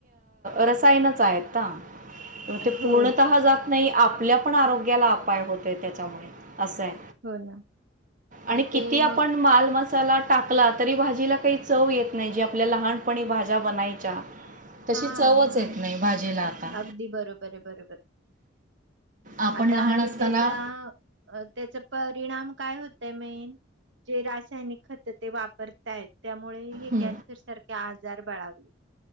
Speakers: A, on the right (about 40°); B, on the right (about 70°).
A: रसायन सहायता म ते पूर्णतः
B: हो
A: ही जात नाही आपल्या पण आरोग्याला अपाय होतोय त्याच्यामुळे असं आहे
B: हो ना
A: आणि किती
B: ते
A: आपण
B: मग
A: माल मस् मसाला टाकला तरी भाजीला काही चव येत नाही जे आपल्या लहानपणी भाज्या बनायच्या तशी
B: हा
A: चवच
B: हा
A: येत नाही भाजीला आता
B: अगदी बरोबर आहे बरोबर
A: आपण
B: आता
A: लहान
B: आणि
A: असताना
B: त्याचा त्याचा परिणाम काय होतय मेन जे रासायनिक खतं ते वापरताय त्यामुळे हे
A: हं,
B: कॅन्सर सारखे आजर हजार बाळावले